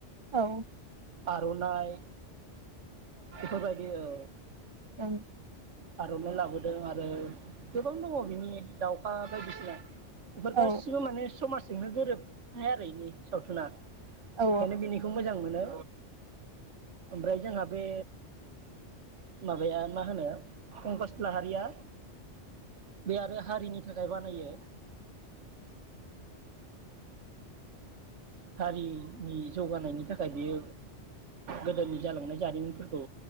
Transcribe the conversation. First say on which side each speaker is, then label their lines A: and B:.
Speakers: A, on the right; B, on the right.
A: औ
B: आरनाइ बेफोरबायदि औ
A: ओं
B: आरनाइ लाबोदों आरो गोबां दङ बिनि दाउखा बायदिसिना बेफोर गासिबो
A: ओं
B: माने समाज जोंनो गोरोबनाय आरो इनि सावथुना ओंखायनो
A: औ
B: बिनिखौ मोजां मोनो ओमफ्राय जोंहा बे माबाया मा होनो पंकस लाहारिया बे आरो हारिनि थाखाय बानायो हारिनि जौगानायनि थाखाय बियो गोदोनि जालांनाय जारिमिनफोरखौ